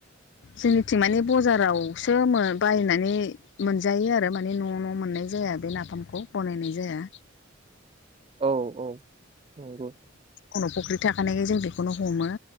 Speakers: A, on the left; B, on the right.
A: जोंनिथिं माने बजारावसो मो बायनानै मोनजायो आरो माने न' न' मोननाय जाया बे नाफामखौ बनायनाय जाया।
B: औ औ नंगौ।
A: खुनु फुख्रि थाखानायखाय जों बेखौनो हमो।